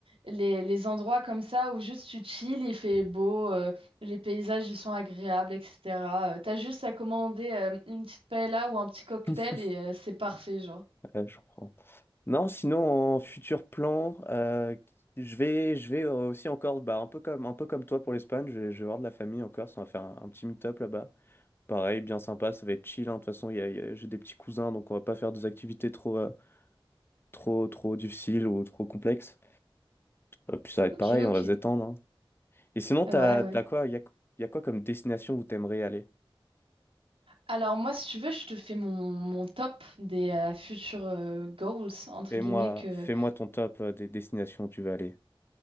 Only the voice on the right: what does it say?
les, les endroits comme ça où juste tu chill, il fait beau, euh, les paysages, ils sont agréables, etc. Euh, t'as juste à commander euh, une petite paella ou un petit cocktail
et euh, c'est parfait, genre.
Ok,
ok.
Ouais,
ouais.
Alors moi, si tu veux, je te fais mon, mon top des euh, futurs euh, goals, entre
guillemets, que...